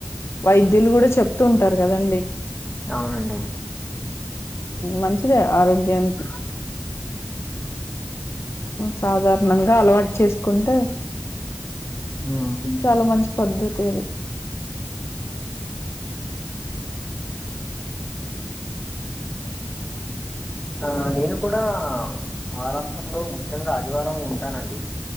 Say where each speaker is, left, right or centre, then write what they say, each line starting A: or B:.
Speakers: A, on the left (about 65°); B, on the left (about 15°).
A: వైద్యులు కూడా చెప్తూ ఉంటరు కదండి.
B: అవునండి.
A: మంచిదే ఆరోగ్యానికి. సాధారణంగా అలవాటు చేసుకుంటే
B: ఉ
A: చాలా మంచి పద్ధతి అది.
B: ఆ నేను కూడా వారాంతంలో ముఖ్యంగా ఆదివారం ఉంటానండి.